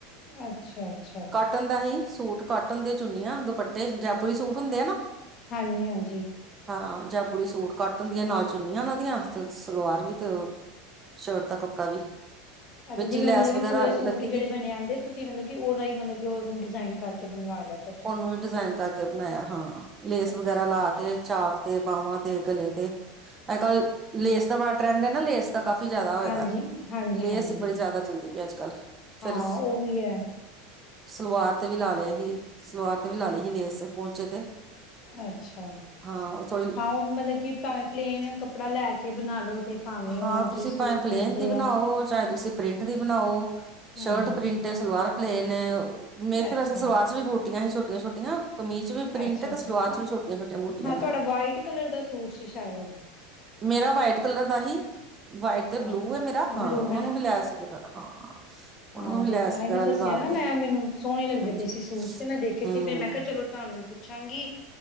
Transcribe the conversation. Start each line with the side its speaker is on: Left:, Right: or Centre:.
Left: ਅੱਛਾ-ਅੱਛਾ
Right: ਕੋਟਨ ਦਾ ਈ, ਸੂਟ ਕੋਟਨ ਦੇ ਚੁੰਨੀਆਂ ਦੁਪੱਟੇ ਜੈਪੁਰੀ ਸੂਟ ਹੁੰਦੇ ਆ ਨਾ
Left: ਹਾਂਜੀ-ਹਾਂਜੀ
Right: ਹਾਂ, ਜੈਪੂਰੀ ਸੂਟ ਕੋਟਨ ਦੀਆਂ ਨਾਲ ਚੁਨੀਆਂ ਓਨਾਂ ਦੀਆਂ ਤੇ ਸਲਵਾਰ ਵੀ ਤੇ ਓਹ ਸ਼ਰਟ ਦਾ ਕੱਪੜਾ ਵੀ।
Left: ਅੱਛਾ,
Right: ਵਿੱਚ
Left: ਜਿਵੇਂ
Right: ਹੀ ਲੈਸ
Left: ਓ ਮਤਲਬ ਕਿ
Right: ਵਗੈਰਾ
Left: ਪੂਰੇ ਸੂਟ
Right: ਲੱਗੀ ਦੀ
Left: ਜੇੜੇ
Right: ਸੀ
Left: ਬਨੇ ਆਂਦੇ ਤੁਸੀਂ ਮਤਲਬ ਕਿ ਓਦਾ ਈ ਮਤਲਬ ਕਿ ਓਨੂੰ ਡਿਜ਼ਾਇਨ ਕਾਰਕੇ ਬਨਵਾ ਲਿਆ ਫੇਰ।
Right: ਓਨੂੰ ਈ ਡਿਜ਼ਾਇਨ ਕਰਕੇ ਬਨਾਇਆ ਹਾਂ। ਲੇਸ
Left: ਅੱਛਾ-ਅੱਛਾ,
Right: ਵਗੈਰਾ ਲਾ ਕੇ ਚਾਕ ਤੇ ਬਾਵਾਂ ਤੇ ਗਲੇ ਤੇ, ਅੱਜ ਕੱਲ ਲੇ ਸ ਦਾ ਬੜਾ ਟਰੈਂਡ ਏ ਨਾ ਲੇਸ ਦਾ ਕਾਫੀ ਜਾਦਾ ਹੋਆ
Left: ਹਾਂਜੀ-ਹਾਂਜੀ-ਹਾਂਜੀ
Right: ਦਾ, ਲੇਸ ਬੜੀ ਜਾਦਾ ਚੱਲਦੀ ਪਈ ਅੱਜ-ਕੱਲ ਫੇਰ
Left: ਹਾਂ ਉਹ ਵੀ ਹੈ
Right: ਸਲਵਾਰ ਤੇ ਵੀ ਲਾ ਲਿਆ ਹੀ, ਸਲਵਾਰ ਤੇ ਵੀ ਲਾ ਲੀ ਹੀ ਲੇਸ ਪੋੰਚੇ ਤੇ।
Left: ਅੱਛਾ,
Right: ਹਾਂ ਉਹ ਥੋੜੀ
Left: ਹਾਂ ਉ ਮਤਲਬ ਕਿ ਭਾਵੇਂ ਪਲੇਨ ਕੱਪੜਾ ਲੈ ਕੇ ਬਨਾਲੋ ਤੇ ਭਾਵੇਂ
Right: ਹਾਂ,
Left: ਉਹ
Right: ਤੁਸੀਂ
Left: ਜਿਹੜੇ ਸੂਟ
Right: ਭਾਏ ਪਲੇਨ
Left: ਮਿਲਦੇ
Right: ਦੀ ਬਨਾਓ,
Left: ਆ
Right: ਚਾਹੇ ਤੁਸੀਂ ਪ੍ਰਿੰਟ ਦੀ ਬਨਾਓ,
Left: ਹਾਂਜੀ
Right: ਸ਼ਰਟ ਪ੍ਰਿੰਟ ਏ ਸਲਵਾਰ ਪਲੇਨ ਏ, ਮੇਰੇ ਤੇ
Left: ਅੱਛਾ
Right: ਵੈਸੇ ਸਲਵਾਰ ਚ ਵੀ ਬੂਟੀਆਂ ਸੀ ਛੋਟੀਆਂ-ਛੋਟੀਆਂ। ਕਮੀਜ਼ ਵੀ ਪ੍ਰਿੰਟ
Left: ਅੱਛਾ
Right: ਏ ਤੇ
Left: ਅੱਛਾ
Right: ਸਲਵਾਰ ਚ
Left: ਹਾਂ
Right: ਵੀ ਛੋਟੀਆਂ-ਛੋਟੀਆਂ ਬੂਟੀਆਂ
Left: ਹਾਂ
Right: ਨੇ।
Left: ਤੁਹਾਡਾ ਵਾਈਟ ਕਲਰ ਦਾ ਸੂਟ ਸੀ ਸ਼ਾਇਦ
Right: ਮੇਰਾ ਵਾਈਟ ਕਲਰ ਦਾ ਹੀ। ਵਾਈਟ
Left: ਅੱਛਾ
Right: ਤੇ ਬਲੂ ਏ ਮੇਰਾ ਹਾਂ
Left: ਬਲੂ
Right: ਓਨਾਂ ਨੂੰ ਵੀ ਲੈਸ ਵਦੈ ਹਾਂ। ਉਹਨਾਂ
Left: ਆਹੋ
Right: ਨੂੰ ਵੀ
Left: ਦੇ
Right: ਲੈਸ
Left: ਤਾਂਹੀ
Right: ਵਗੈਰਾ
Left: ਮੈਂ ਦੱਸਿਆ
Right: ਲਗਾ
Left: ਨਾ
Right: ਕੇ
Left: ਮੈਂ ਮੈਨੂੰ ਸੋਨੇ ਲੱਗਦੇ
Right: ਹਾਂਜੀ
Left: ਪਏ ਸੀ ਸੂਟ ਤੇ ਮੈਂ ਦੇਖੇ ਸੀ
Right: ਹਮ
Left: ਫੇਰ ਮੈਂ ਕੈ ਚਲੋ ਤੁਆਨੂੰ ਈ ਪੁੱਛਾਂਗੀ।